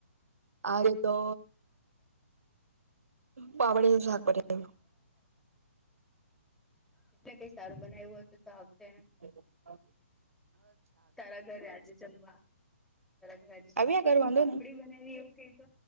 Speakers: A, on the right; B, in the centre.
A: આજે તો પાપડીનું શાક હતુ.
B: એટલે કઈ સારું બનાવ્યું હો હતું તો આવત એમ.
A: હ.
B: તારા ઘરે આજે જમવા. તજે જમવા
A: આવ્યા
B: પડ
A: કર
B: તું
A: વાંધો
B: પાપડી
A: નઈ
B: બનાવી એવું ક તો